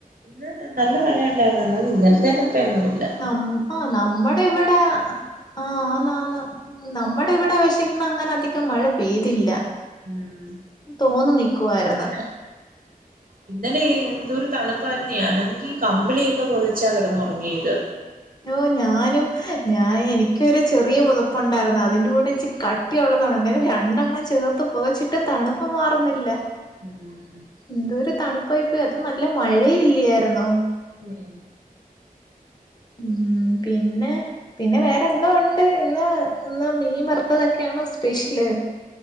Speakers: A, on the right; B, on the left.
A: ഇന്ന് നല്ല മഴയ ഉണ്ടായിരുന്നെന്നാ ഇന്നലത്തെന്റത്രേംയൊന്നുല്ല.
B: നമ്മ് ആ നമ്മടെ ഇവിടെ ആഹന്നന്ന നമ്മുടെ ഇവിടെ പക്ഷെ ഇന്ന അങ്ങനെ അധികം മഴ പെയ്തില്ല.
A: ഉം
B: തോന്നു നിക്കുവായിരുന്നു.
A: ശരിയാ ഇന്നലെ എന്തൊരു തണുപ്പാരുന്നു. ഞാനെണങ്കി കമ്പിളിയൊക്കെ പൊതച്ചാ കിടന്നൊറങ്ങിയത്.
B: യ്യോ ഞാനും ഞാൻ എനിക്കൊരു ചെറിയ പുതപ്പുണ്ടാരുന്നു അതിന്റെ കൂടെ ഇച്ചിരി കട്ട് കട്ടിയൊള്ളതാണ് അങ്ങനെ രണ്ടെണ്ണം ചേർത്തുപൊതച്ചിട്ടും തണുപ്പുമാറുന്നില്ല
A: ഉം
B: എന്തൊരു തണുപ്പായിപ്പോയി അതും നല്ല മഴേയില്ലായിരുന്നോ
A: ഉം
B: ഉം പിന്നെ പിന്നെ വേറെന്തോഉണ്ട് ഇന്ന് ഇന്ന് മീൻ വറുത്തതൊക്കെയാണോ സ്പെഷ്യല്